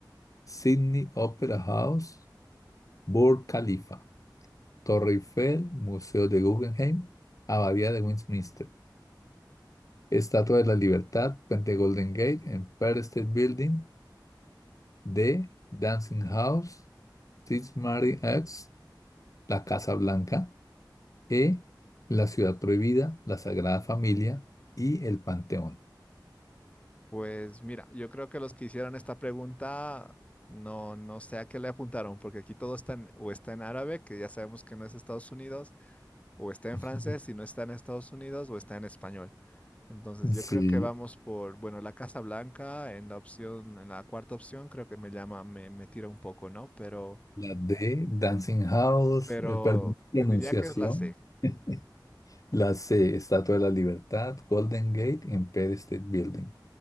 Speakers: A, on the left (about 45°); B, on the left (about 15°).
A: Sydney Opera House, Burj Khalifa, Torre Eiffel, Museo de Guggenheim, Abadía de Westminster, Estatua de la Libertad, Puente Golden Gate, Empire State Building, D, Dancing House, St. Mary X, la Casa Blanca, E, la Ciudad Prohibida, la Sagrada Familia y el Panteón.
B: Pues mira, yo creo que los que hicieron esta pregunta no, no sé a qué le apuntaron, porque aquí todo está en, o está en árabe, que ya sabemos que no es Estados Unidos, o está en
A: <laughs>
B: francés si no está en Estados Unidos, o está en español. Entonces, yo
A: Sí,
B: creo que vamos por, bueno, la Casa Blanca en la opción, en la cuarta opción, creo que me llama, me, me tira un poco, ¿no? Pero,
A: la D, Dancing House,
B: pero
A: eh, perdón, pronunciación.
B: te diría que es la C.
A: <laughs> La C, Estatua de la Libertad, Golden Gate, Empire State Building.